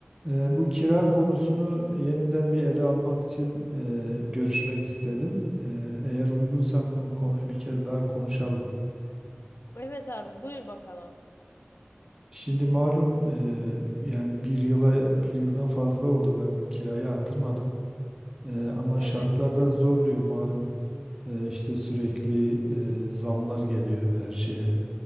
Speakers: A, on the right; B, on the left.
A: Eee, bu kira konusunu yeniden bir ele almak için eee, görüşmek istedim. Eee, eğer uygunsa bu konuyu bir kez daha konuşalım.
B: Evet abi buyur bakalım.
A: Şimdi malum eee, yani bir yıla bir yıldan fazla oldu ben kirayı artırmadım. Eee, ama
B: Evet.
A: şartlar da zorluyor malum. Eee, işte sürekli eee, zamlar geliyor her şeye.